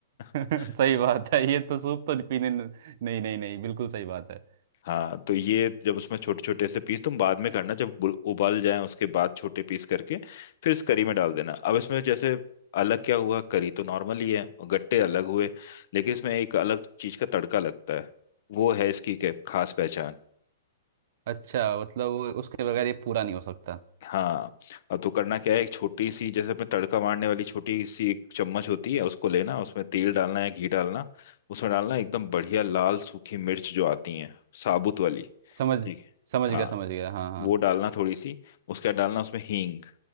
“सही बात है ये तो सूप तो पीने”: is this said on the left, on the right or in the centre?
Right